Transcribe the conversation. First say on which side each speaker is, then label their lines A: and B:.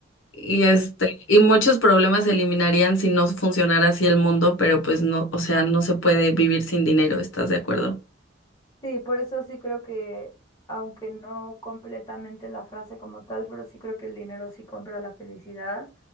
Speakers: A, on the left (about 80°); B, on the left (about 20°).
A: y este, y muchos problemas se eliminarían si no funcionara así el mundo, pero pues no, o sea, no se puede vivir sin dinero, ¿estás de acuerdo?
B: Sí, por eso sí creo que, aunque no completamente la frase como tal, pero sí creo que el dinero sí compra la felicidad,